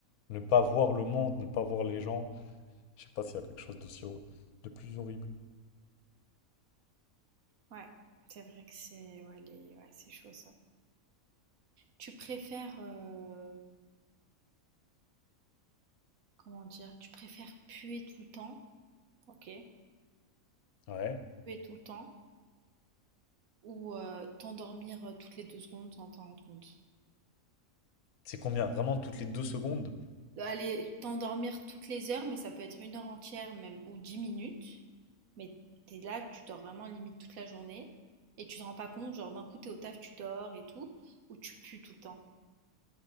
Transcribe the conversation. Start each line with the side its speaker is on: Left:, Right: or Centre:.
Left: ne pas voir le monde, ne pas voir les gens, je sais pas s'il y a quelque chose d'aussi hor- de plus horrible.
Right: ouais. C'est vrai que c'est ouais, les... ouais, c'est chaud ça. Tu préfères euh, Comment dire? Tu préfères puer tout le temps, Ok.
Left: Ouais.
Right: puer tout le temps, ou euh, t'endormir euh, toutes les deux secondes sans t'en rendre compte?
Left: C'est combien? Vraiment, toutes les deux secondes,
Right: Allez, t'endormir toutes les heures, mais ça peut être une heure entière même, ou dix minutes. Mais t'es là, tu dors vraiment limite toute la journée, et tu te rends pas compte, genre d'un coup t'es au taf, tu dors et tout, ou tu pues tout le temps.